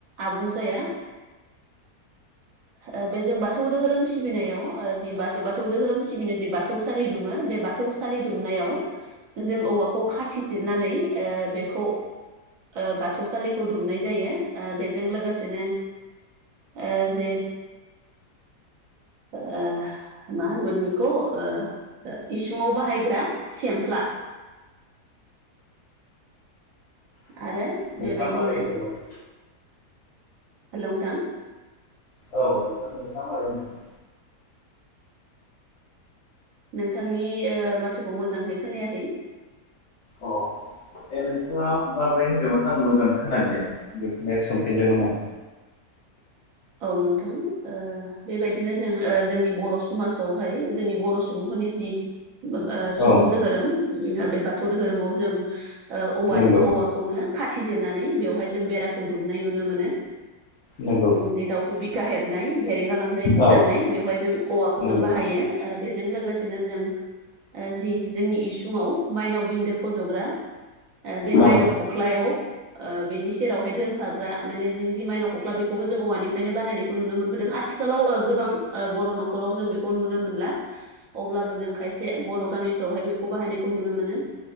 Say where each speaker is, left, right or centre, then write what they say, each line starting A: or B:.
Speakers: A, on the right; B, on the left.
A: आबुं जाया ओ बे जों बाथौ धोरोम सिबिनायाव जि बाथौ बाथौ धोरोम सिबिनो जि बाथौसालि दुमो बे बाथौसालि दुमनायाव जों औवाखौ खाथिजिरनानै ओ बेखौ ओ बाथौसालिखौ दुमनाय जायो ओ बेजों लोगोसेनो ओ जे ओ मा होनगोन बेखौ ओ ओ इसुङाव बाहायग्रा सेमफ्ला आरो
B: नोंथाङा
A: बेबायदिनो
B: मोरै होनदोंमोन?
A: हेलौ नोंथा
B: औ नोंथा नोंथाङा मारै होनदों?
A: नोंथांनि ओ माथोखौ मोजांहै खोनायाखै <inaudible>
B: अ ए नोंथाङा माब्रै होनदोंमोन आं मोजां खोनदिया बेखौनो सोंफिनदोंमोन आं
A: औ नोंथां ओ बेबायदिनो जों ओ जोंनि बर सुमाजावहाय जोंनि बर सुबुंफोरनि जि। माबा सुबुं
B: औ
A: धोहोरोम जोंहा बे बाथौ धोरोमाव जों ओ औवानि
B: नंगौ
A: औवाखौनो खाथि जिननानै बेवहाय जों बेराखौ दुमनाय नुनो मोनो
B: नंगौ
A: उम जे दाउथु बिखा हेबनाय भेरेंगा लानजाय
B: औ
A: दाननाय बेवहाय जों औवाखौनो
B: नंगौ
A: बाहायो ओ बेजों लोगोसेनो जों ओ जि जोंनि इसुङाव माइनाव बिन्दो फज ग्रा ओ बे माइनाव
B: औ
A: खख्लायाव ओ बेनि सेरावहाय दोनफाग्रा माने जों जि माइनाव खख्ला बेख खौबो जों औवानिफ्रायनो बानायनायखौ नुनो मोनबोदों आथिखालाव ओ गोबां ओ बर नखराव जों बेखौ नुनो मोनला अब्लाबो जों खायसे बर गामिफ्रावहाय बेखौ बाहायनायखौ नुनो मोनो